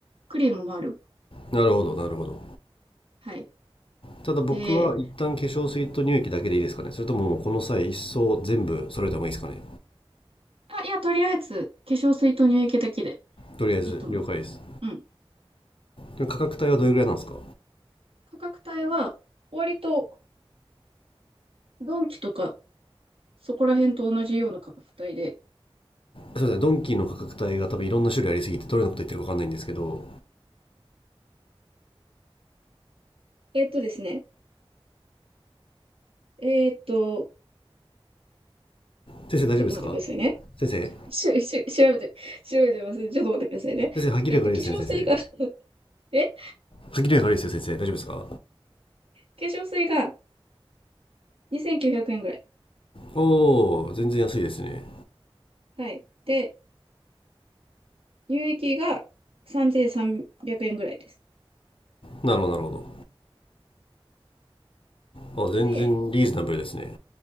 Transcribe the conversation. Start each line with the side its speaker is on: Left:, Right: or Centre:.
Right: クリームもある。
Left: なるほどなるほど
Right: はい。
Left: ただ僕は一旦化粧水と乳液だけでいいですかねそれとももうこの際一層全部揃えた方がいいですかね
Right: で、あ、いや、とりあえず、化粧水と乳液だけで
Left: とりあえず了解です
Right: いいと思う。うん。
Left: でも価格帯はどれぐらいなんですか
Right: 価格帯は、割と、ドンキとか、そこら辺と同じような価格帯で。
Left: すいませんドンキーの価格帯が多分いろんな種類ありすぎてどれのこと言ってるか分かんないんですけど
Right: えーっとですね。えーっと、
Left: 先生大丈夫ですか
Right: ちょっと待ってくださいね。
Left: 先生
Right: し、し、調べて、調べてみますね。ちょっと待ってくださいね。
Left: 先生歯切れが悪いですね先生
Right: えーっと、化粧水が <laughs> え、
Left: 歯切れが悪いですよ先生大丈夫ですか
Right: 化粧水が2900円ぐらい。
Left: おお全然安いですね
Right: はい。で、乳液が3300円ぐらいです。
Left: なるほどなるほどあ全然リーズナブルですね
Right: で、